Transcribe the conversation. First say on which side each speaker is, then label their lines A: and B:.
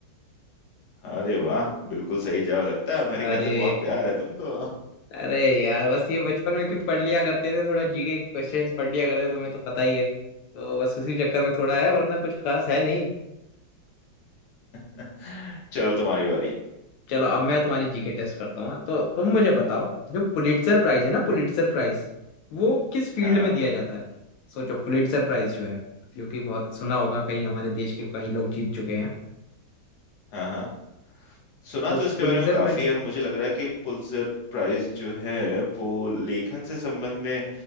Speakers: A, on the left; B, on the left.
A: अरे वाह बिल्कुल सही जवाब लगता है अमेरिका
B: अरे
A: से बहुत प्यार है तुमको
B: अरे यार बस ये बचपन में कुछ पढ़ लिया करते थे थोड़ा जीके क्वेश्चंस पढ़ लिया करते तुम्हें तो पता ही है तो बस उसी चक्कर में थोड़ा है वरना कुछ खास है नहीं
A: <laughs> चलो तुम्हारी बारी
B: चलो अब मैं तुम्हारी जीके टेस्ट करता हूँ हाँ। तो तुम मुझे बताओ जो पुलिट्जर प्राइज है ना पुलिट्जर प्राइज वो किस फील्ड
A: हाँ
B: में दिया जाता है सोचो पुलिट्जर प्राइज जो है जो कि बहुत सुना होगा कहीं हमारे देश के कई लोग जीत चुके हैं
A: हाँ हाँ। सुना
B: तो
A: तो इसके
B: पुलिट्जर
A: बारे में काफी
B: प्राइज
A: है और मुझे लग रहा है कि पुलित्जर प्राइज जो है वो लेखन से संबंध में